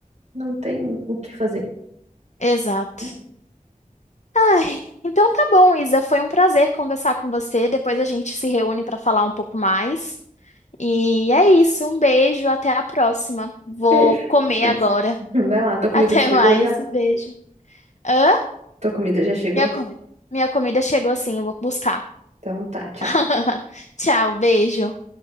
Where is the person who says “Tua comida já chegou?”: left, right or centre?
Right